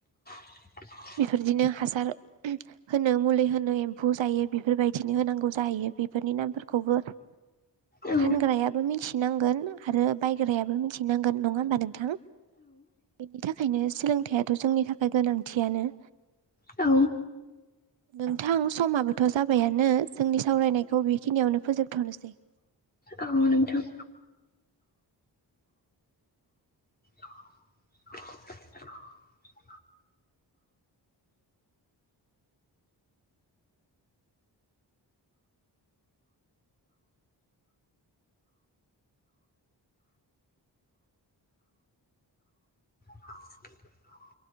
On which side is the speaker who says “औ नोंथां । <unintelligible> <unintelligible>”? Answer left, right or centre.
Left